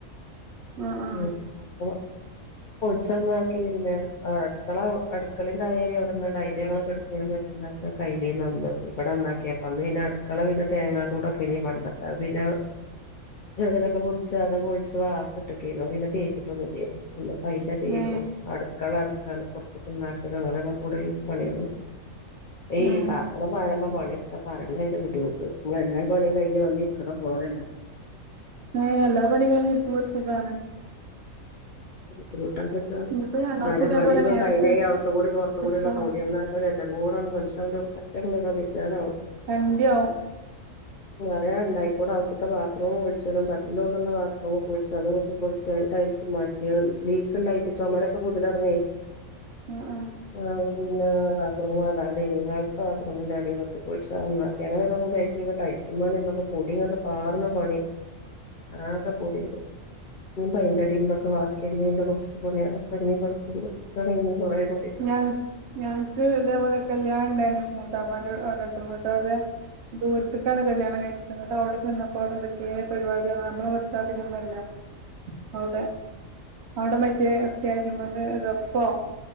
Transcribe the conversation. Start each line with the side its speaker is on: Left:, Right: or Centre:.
Right: ആഹ്
Left: ഉം അപ്പോ പൊളിച്ചന്നാക്കി പിന്നെ അടുക്കള അടുക്കള തായരി അവിടെ ഡൈലി ഞങ്ങൊക്കെ കെടക്കലും വെച്ച്ണ്ടാക്കയില്ലേനി ഇവിടെ ന്നാക്കിയപ്പ അന്ന് പിന്നെ അടുക്കള പിന്നെ തേങ്ങാ കൂടൊക്കെനീ പണ്ടത്ത പിന്നെ ചനലൊക്കെപൊളിച്ച് അത് പൊളിച്ച് വാർത്ത്ട്ടക്കേനു പിന്നെ തേച്ചിട്ടൊന്നും ഇല്ലേനി പിന്നെ പയിന്റെ തേപ്പും
Right: ഉം
Left: അടുക്കള അടു ക്കാണ് പൊറത്തൊക്കെ ഇണ്ടാക്കലും അങ്ങെനൊക്കെ കൂടൽ പണിയണം ഏയ്
Right: ഉം
Left: പാപ്പന പഴമ്പം പണിയെടുത്താ പറെണ്ട അയിന്റെ ബുദ്ധിമുട്ട് നമ്മൾ എല്ലാ പണിം കഴിഞ് വന്നി ഇരിക്കണ പോലല്ല
Right: എഹ്, എല്ലാ പണിം കഴിഞ്ഞ് ഇരിക്കുമ്പോൾ സുഖമാണ്.
Left: ആഹ് <unintelligible>
Right: ഇന്നിപ്പോ ഞങ്ങൾക്കും
Left: ആരെ
Right: ഇതേപോലെ
Left: പണിയെന്തും
Right: മേലക്ക്
Left: കഴിഞ്ഞ്ഈ അകത്ത്കൂടി പുറത്ത്കൂടിള്ള
Right: എടുക്കണം
Left: പൊടിയന്നാക്കൽ എല്ലംകൂടെ മനുഷ്യൻ ആണ്ട് പറ്റ <unintelligible> വെച്ചാതാവും
Right: ചണ്ടിയാവും
Left: <unintelligible> അവ്തിത്തെ ബാത്‌റൂമ് പൊളിച്ചതും തട്ടിന്റെ നെറുവിലുള്ള ബാത്‌റൂമ് പൊളിച്ചലും <unintelligible> പൊളിച്ചാ ടൈൽസ് മാറ്റാ ലീക്ക് ഇണ്ടായിട്ട് ചൊമരൊക്കെ പൂതലെറങ്ങെ <inaudible>
Right: ആ ആ
Left: ആഹ് പിന്നെ ബാത്റൂമിന്റെ അടിം ടൈനിംഗ് ഹാളിത്തെ ബാത്‌റൂമിന്റെ അടിം കുത്തി പൊളിച്ച് അത് നന്നാക്കി. ഞങ്ങൾ വന്നപ്പോ ടൈയിൽസും പണി പൊടിങ്ങട്ട് പാറ്ണ പണി ആകെ പൊടിണ്ട്. ന്നും പൈന്റ്അടിം ഇതൊക്കെ ബാക്കിയല്ലേ <unintelligible> <unintelligible> അപ്പം <unintelligible>
Right: ഞാ ഞങ്ങൾക്ക് ഇതേപോലെ കല്യാണണ്ടായിരുന്നു. മൂതാപ്പാ അവിടെ ട്ടോ, എന്നിട്ട് അത് ദൂരത്തക്കാണ് കല്യാണം കഴിച്ചത്. ഇങ്ങട്ട് അവിടെ ചെന്നപ്പോ അവിടെ എന്തൊക്കെ പരിപാടിയാണ്. നമ്മളെ ഇവിടുത്താതിരിയല്ല. അവ്ടെ അവിടെ മറ്റേ സ്റ്റേജ്മല് ദഫൊ